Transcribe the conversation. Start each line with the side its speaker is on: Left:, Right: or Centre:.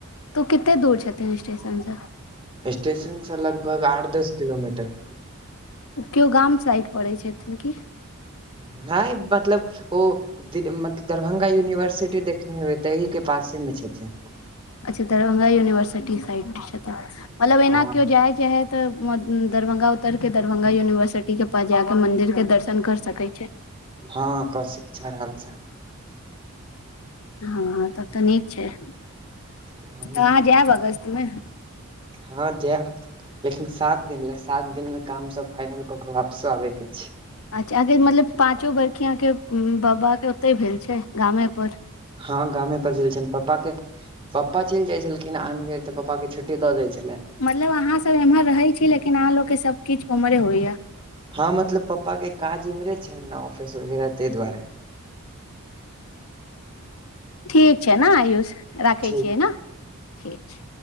Left: तो कते दूर छथिन स्टेशन सँ
Right: स्टेशनसँ लगभग आठ दस किलोमीटर
Left: क्यो गाम साइड पड़ै छथिन की
Right: नय मतलब ओ दी मत दरभंगा यूनिवर्सिटी देखने हेबै तहि केँ पासेमे छथिन
Left: अच्छा दरभंगा यूनिवर्सिटी साइड छथिन मतलब एना
Right: हँ
Left: कहिओ जाय केँ हैत तऽ दरभंगा उतरके दरभंगा यूनिवर्सिटी केँ पास जाकँ मंन्दिरके दर्शन कर सकै छै
Right: हाँ कसिक छै आरामसँ
Left: हँ तब तऽ नीक छै तऽ
Right: ह
Left: अहाँ जायब अगस्त मे
Right: हँ जाएब लेकिन सात दिन लेऽ सात दिन मे काम सब फाइनल कऽ के वापसो आबै के छइ
Left: अच्छा अहाँकेँ मतलब पाँचो बरखी अहाँकेँ बाबा केँ ओतहि भेल छै गामेपर
Right: हँ गामे पर भेल छैन पपा केँ पपा चलि जाइ छलखिन आन बेर तऽ पपा केँ छुट्टी दऽ दै छलै
Left: मतलब अहा सब एम्हर रहे छी लेकिन अहाँ लोग केँ सब किछ उम्महरे होइ य
Right: हँ मतलब पापा के काज इमहरे छै, ने ऑफिस वगैरह ताहि दुआरे
Left: ठीक छै ना आयुष राखै
Right: ठीक
Left: छियै न ठीक छै।